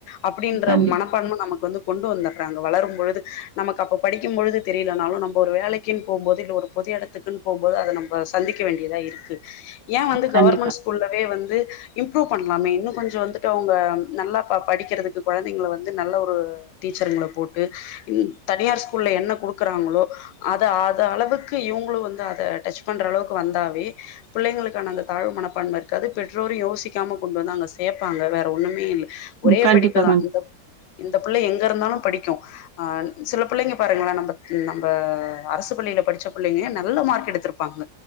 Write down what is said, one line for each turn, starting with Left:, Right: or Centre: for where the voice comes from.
Left: அப்டின்ற
Right: கண்டிப்பா,
Left: மனப்பான்ம நமக்கு வந்து கொண்டு வந்தர்றாங்க வளரும் பொழுது நமக்கு அப்போ படிக்கெம் பொழுது தெரிலனாலு நம்ப ஒரு வேலைக்கீன் போம்போது இல்ல ஒரு பொது எடத்துக்குன் போம்போது அத நம் ப சந்திக்க வேண்டியதா இருக்கு ஏ வந்து
Right: கண்டிப்பா.
Left: கவர்மெண்ட் ஸ் கூல்லவே வந்து இம்ப்ரூவ் பண்லாமே இன்னு கொஞ்சொ வந்துட்டு அவ்ங்க நல்லா ப படிக்கிறதுக்கு கொழந்தைங்கள வந்து நல்ல ஒரு டீச்சருங்கள போட்டு இன் தனியார் ஸ்கூல்ல என்ன குடுக்குறாங்களோ அத அத அளவுக்கு இவுங்களு வந்து அத டச் பண்ற அளவுக்கு வந்தாவே புள்ளைங்களுக்கான அந்த தாழ்வு மனப்பான்ம இருக்காது பெற்றோரு யோசிக்காம கொண்டு வந்து அங்க சேப்பாங்க வேற ஒண்ணுமே இல்ல
Right: ம்.
Left: ஒரே
Right: கண்டிப்பா,
Left: படிப்புதா இந்த இந்தப் புள்ள எங்க இருந்தாலு படிக்கு ஆ சில புள்ளைங்க பாருங்களே நம்ப நம்ப அரசு பள்ளியில படிச்ச புள்ளைங்க நல்ல மார்க் எடுத்ருப்பாங்க